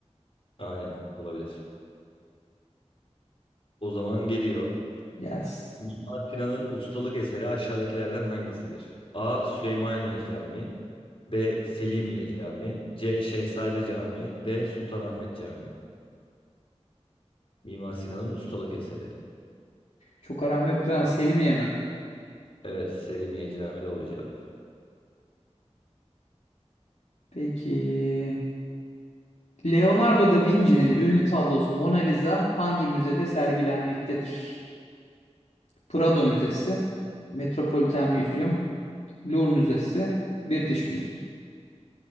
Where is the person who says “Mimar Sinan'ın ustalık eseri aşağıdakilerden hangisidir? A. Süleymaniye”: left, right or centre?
Left